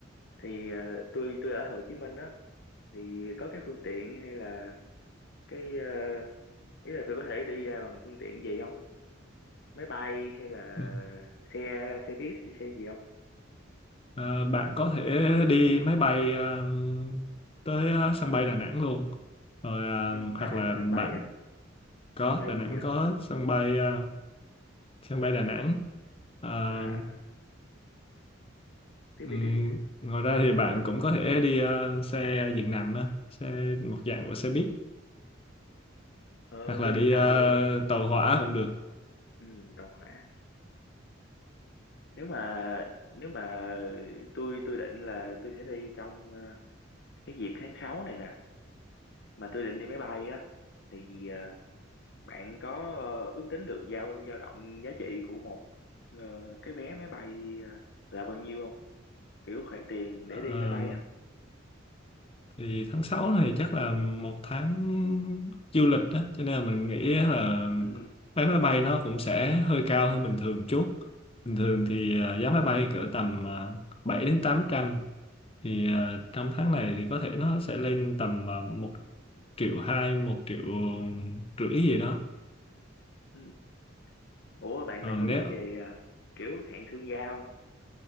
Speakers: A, on the left (about 60°); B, on the left (about 30°).
A: thì ờ, tôi tôi ở Hồ Chí Minh đó thì có cái phương tiện hay là cái uh, ý là tôi có thể đi ra bằng phương tiện gì không máy bay hay là
B: Ừ.
A: xe xe buýt hay xe gì không
B: Ờ, bạn có thể đi máy bay ờ, tới ờ, sân bay Đà Nẵng luôn. Rồi ờ,
A: ừ, Đà
B: hoặc
A: Nẵng
B: là
A: có sân bay
B: bạn
A: à
B: có
A: sân bay
B: Đà Nẵng
A: gì à,
B: có sân bay ờ, sân bay Đà Nẵng. Ờ,
A: à à, tiếp
B: ừm,
A: đi tiếp đi
B: ngoài ra thì bạn cũng có thể đi ờ, xe giường nằm á, xe một dạng của xe buýt
A: ờ,
B: hoặc là
A: tôi
B: đi
A: đi tàu
B: ờ,
A: được không
B: tàu hỏa cũng được.
A: ừ, tàu hỏa nếu mà nếu mà tôi tôi định là tôi sẽ đi trong ờ, cái dịp tháng 6 này nè mà tôi định đi máy bay á thì ờ, bạn có ờ, ước tính được dao dao động giá trị của một ờ, cái vé máy bay ờ, là bao nhiêu không kiểu khoản tiền
B: Ờ,
A: để đi máy bay á
B: thì tháng 6 này chắc là một tháng du lịch đó cho nên là mình nghĩ là
A: ừ.
B: vé máy bay nó cũng sẽ hơi cao hơn bình thường chút bình thường thì à, giá máy bay cỡ tầm à, 7 đến tám trăm thì à, trong tháng này thì có thể nó sẽ lên tầm à, một triệu hai một triệu rưỡi gì đó
A: ừ. ủa bạn
B: Ờ,
A: bạn
B: nếu
A: có biết về à, kiểu hạng thương gia không